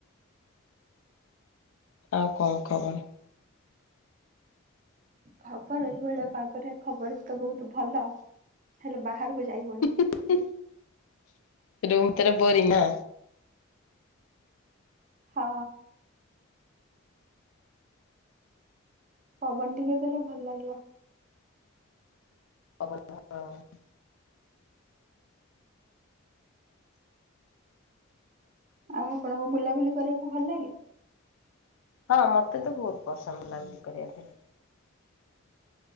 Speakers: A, on the left (about 70°); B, on the right (about 35°).
A: ଆଉ କଣ ଖବର?
B: ଖବର ଏଇଭଳିଆ ପାଗରେ ଖବର ତ ବହୁତ ଭଲ, ହେଲେ ବାହାରକୁ ଯାଇହଉନି।
A: ହୁଁ-ହୁଁ-ହୁଁ ରୁମ୍ ଭିତରେ ବୋରିଂ ନା?
B: ହଁ। ପବନ୍ ଟିକେ ଦେଲେ ଭଲ୍ ଲାଗିବ।
A: <inaudible>
B: ଆଉ ଆପଣଙ୍କୁ ବୁଲାବୁଲି କରିବାକୁ ଭଲ ଲାଗେ?
A: ହଁ ମତେ ତ ବହୁତ୍ ପସନ୍ଦ ବୁଲାବୁଲି କରିବା ପାଇଁ।